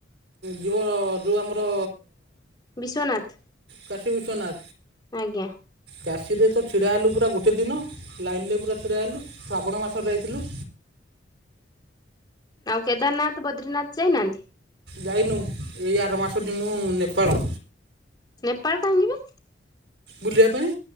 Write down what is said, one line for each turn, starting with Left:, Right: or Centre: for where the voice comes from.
Right: ଯିବ ଯୋଉ ଆମର
Left: ବିଶ୍ୱନାଥ।
Right: କାଶୀ ବିଶ୍ୱନାଥ।
Left: ଆଜ୍ଞା।
Right: କାଶୀରେ ତ ଛିଡ଼ା ହେଲୁ ପୁରା ଗୋଟେ ଦିନ ଲାଇନରେ ପୁରା ଛିଡ଼ା ହେଲୁ ଶ୍ରାବଣ ମାସରେ ଯାଇଥିଲୁ।
Left: ଆଉ କେଦାରନାଥ ବଦ୍ରୀନାଥ ଯାଇନାହାନ୍ତି?
Right: ଯାଇନୁ ଏଇ ଆର ମାସ ଯିମୁଁ ନେପାଳ।
Left: ନେପାଳ କାହିଁ ଯିବେ?
Right: ବୁଲିବା ପାଇଁ।